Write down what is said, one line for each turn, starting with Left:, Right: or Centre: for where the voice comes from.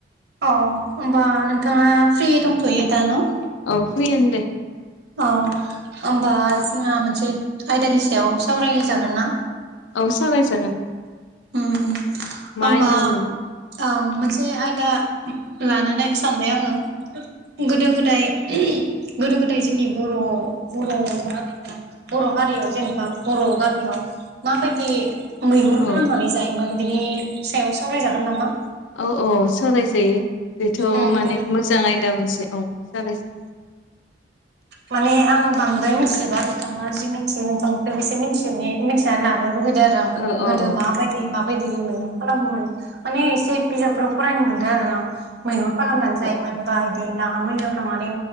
Right: अ ओमबा नोंथाङा फ्रि दंथ'यो दा ना?
Left: औ फ्रियानो दे।
Right: औ होमबा जोंहा मोनसे आयदानि सायाव सावरायजागोन ना?
Left: औ सावराय जागोन।
Right: उम होमबा
Left: आयदामोन
Right: औ मोनसे आयदा लानो ना सानबाय आङो गोदो-गोदाय <inaudible> गोदो-गोदाय जोंनि बर' बर' मा होनो इखो बर' हारियाव जेनेबा बर' गामियाव माबायदि मैहुर
Left: औ
Right: खालामनानै जायोमोन बिनि सायाव सावरायजागोन नामा?
Left: औ औ सरायजायो बेथ'
Right: उम
Left: माने
Right: उम
Left: मोजां आयदा मोनसे औ। जाबाय जो
Right: माने आं बांद्राय मिथिजोबा नोंथाङा जि मिथियो नोंथांनिफ्रायबो बेसे मिथि ने मिथिना लागोन। लुुबैदो आरो आं
Left: औ
Right: गोदो
Left: औ औ
Right: माबायदि मा माबायदि माने खालामोम माने एसे बिजाबफोराव फरायनो मोनदों आरो ना। मैहुर खालामनानै जायोमोन बा इदि नाहा मैयाव थांनानै